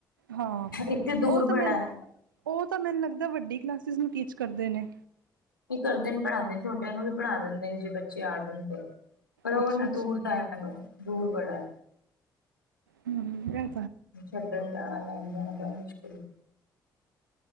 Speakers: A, on the right; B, on the left.
A: ਹਾਂ
B: ਇਕ ਤੇ ਦੂਰ
A: ਉਹ ਤਾਂ
B: ਬੜਾਏ।
A: ਮੈਂ ਉਹ ਤਾ ਮੈਨੂੰ ਲੱਗਦਾ ਵੱਡੀ ਕਲਾਸਿਸ ਨੂੰ ਟੀਚ ਕਰਦੇ ਨੇ।
B: ਵੀ ਕਰਦੇ ਨੇ ਪੜਾਨਦੇ, ਛੋਟਿਆਂ ਨੂੰ ਵੀ ਪੜ੍ਹਾ ਦਿੰਦੇ ਨੇ ਜੇ ਬੱਚੇ ਆ ਜਾਨ ਤੇ। ਪਰ ਉਹ
A: ਅੱਛਾ
B: ਇਨਾ
A: ਅੱਛਾ
B: ਦੂਰ ਦਾ ਹੈ ਮੈਨੂੰ, ਦੂਰ ਬੜਾਏ।
A: ਹੁੰ, ਏ
B: ਛੱਡਨ ਜਾਨਾ ਲੈਨ ਜਾਨਾ ਬੜਾ ਮੁਸ਼ਕਲ ਏ।